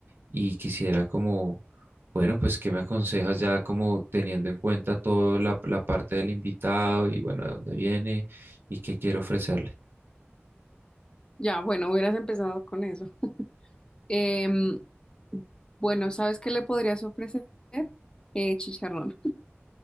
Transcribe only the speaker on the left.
Ya, bueno, hubieras empezado con eso. Em, bueno, ¿sabes qué le podrías ofrecer? Eh, chicharrón. <laughs> Tú